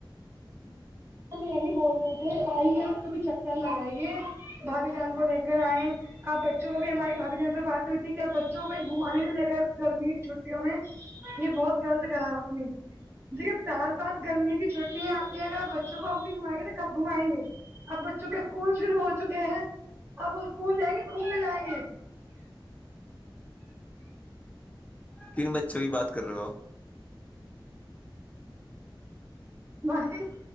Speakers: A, on the right; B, on the left.
A: جی ہم یہی بول رہے تھے آئیے آپ کبھی چکر لگائیے بھابی جان کو لے کر آئے آپ بچوں کو بھی ہماری بھائی جان سے بات ہوئی تھی کہ آپ بچوں کو میں گھمانے نہیں لے گرمی کی چھٹیوں میں یہ بہت غلط کرا آپ نے دیکھیے سال بعد گرمی کی چھٹیاں کہ اگر آپ بچوں کو اب نہیں گھمائیں گے تو کب گھمائیں گے اب بچوں کے اسکول شروع ہو چکے ہیں اب اسکول جائیں گے گھومنے جائیں گے
B: کن بچوں کی بات کر رہے ہو
A: بھائی